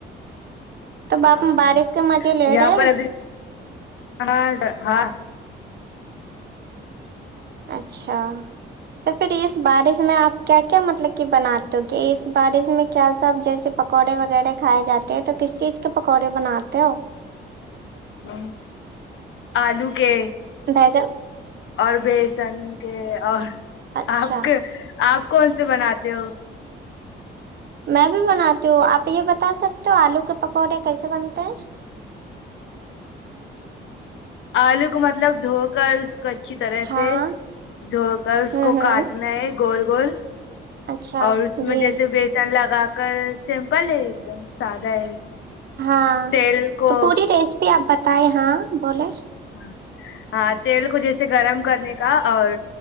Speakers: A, on the right (about 55°); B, on the left (about 75°).
A: تو
B: ہاں
A: باپ بارش کے مزے لے
B: یہاں
A: رہے
B: پر ابھی ہاں ہاں جی
A: اچھا تو پھر اس بارش میں آپ کیا کیا مطلب کہ بناتے ہو کہ اس بارش میں کیا سا جیسے پکوڑے وغیرہ کھائے جاتے ہیں تو کس چیز کے پکوڑے بناتے ہو
B: ہ آلو کے
A: ہے گا
B: اور بیسن کے اور
A: اچھا
B: آپ کے آپ کون سے بناتے ہو
A: میں بھی بناتی ہوں آپ یہ بتا سکتے ہو آلو کے پکوڑے کیسے بنتے ہیں
B: آلو کو مطلب دھو کر اس کو اچھی طرح
A: ہاں
B: سے دھو کر اس
A: ہوں
B: کو
A: ہوں
B: کاٹنا ہے گور گور
A: اچھا
B: اور اس میں
A: جی
B: جیسے بیسن لگا سمپل ہے ایک دم سادا ہے
A: ہاں
B: تیل کو
A: تو پوری ریسپی آپ بتائے ہاں بولے
B: ہ ہاں تیل کو جیسے گرم کرنے کا اور